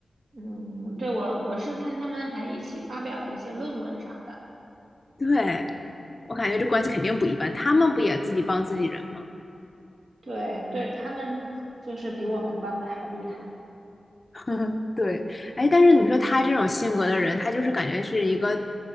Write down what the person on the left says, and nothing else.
对，我感觉这关系肯定不一般，他们不也自己帮自己人吗？
<laughs> 对，哎，但是你说他这种性格的人，他就是感觉是一个